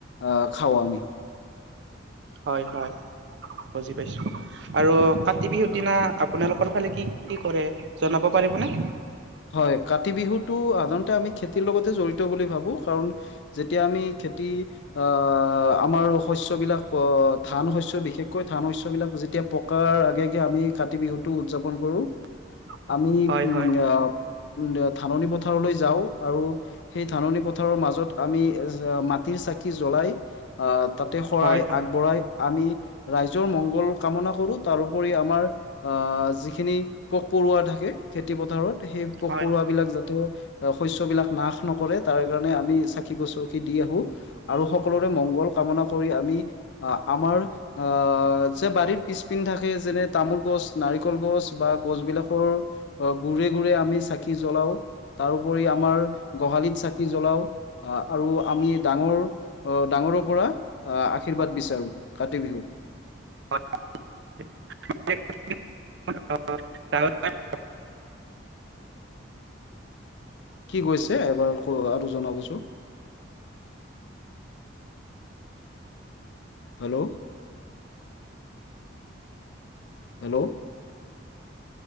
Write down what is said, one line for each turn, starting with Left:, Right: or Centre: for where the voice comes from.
Left: আঁ খাওঁ আমি।
Right: হয়, হয়, বুজি পাইছো। আৰু কাতি বিহুৰ দিনা আপোনালোকৰ ফালে কি কি কৰে জনাব পাৰিবনে?
Left: হয়, কাতি বিহুতটো সাধাৰণতে আমি খেতিৰ লগতে জড়িত বুলি ভাবো, কাৰণ যেতিয়া আমি খেতি আঁ আমাৰ শস্য বিলাক অ' ধান শস্যৰ বিশেষকৈ ধান শস্য বিলাক যেতিয়া পকে পকাৰ আগে আগে আমি কাতি বিহুটো উদযাপন কৰোঁ।
Right: <inaudible>
Left: আমি
Right: হয়
Left: উম
Right: হয়
Left: আহ উম ধাননি পথাৰলৈ যাওঁ, আৰু সেই ধাননি পথাৰৰ মাজত আমি এ মাটিৰ চাকি জ্বলাই অ তাতে শৰাই
Right: হয় হয়
Left: আগবঢ়াই আমি ৰাইজৰ মংগল কামনা কৰো, তাৰোপৰি আমাৰ আঁ, যিখিনি পোক পৰুৱা থাকে খেতি পথাৰত সেই পোক
Right: হয়
Left: পৰুৱাবিলাক যাতে শস্যবিলাক নাশ নকৰে, তাৰ কাৰণে আমি চাকি গছি দি আহো। আৰু সকলোৰে মংগল কামনা কৰি আমি আ আমাৰ অ' যে বাৰীৰ পিছপিনে থাকে যেনে তামোল গছ নাৰিকল গছ বা গছ বিলাকৰ গুৰিত তে আমি চাকি জ্বলাও, তাৰ ঊপৰিও আমি গোহালিত কি চাকি জ্বলাও, আ আৰু আমি ডাঙৰ- অ, ডাঙৰৰ পৰা আ আশীৰ্বাদ বিচাৰো, কাতি বিহুত।
Right: <unintelligible> <unintelligible>
Left: কি কৈছে এবাৰ কথাটো জনাবছোন? হেল্লৌ' হেল্লৌ'